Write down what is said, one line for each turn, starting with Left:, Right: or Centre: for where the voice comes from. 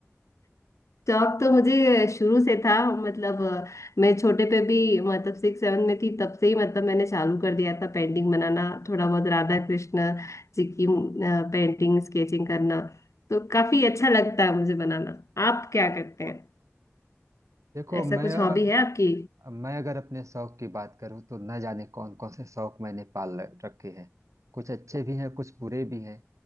Left: शौक तो मुझे शुरू से था मतलब अ, मैं छोटे पे भी मतलब सिक्स सेवन में थी तब से ही मतलब मैंने चालू कर दिया था पेंटिंग बनाना थोड़ा बहुत राधा कृष्ण जी की पेंटिंग स्केचिंग करना तो काफी अच्छा लगता है मुझे बनाना आप क्या करते हैं
Right: देखो
Left: ऐसा
Right: मैं
Left: कुछ
Right: अ,
Left: हॉबी है आपकी
Right: मैं अगर अपने शौक की बात करूँ तो न जाने कौन कौन से शौक मैंने पाल ल- रखे हैं कुछ अच्छे भी हैं कुछ बुरे भी हैं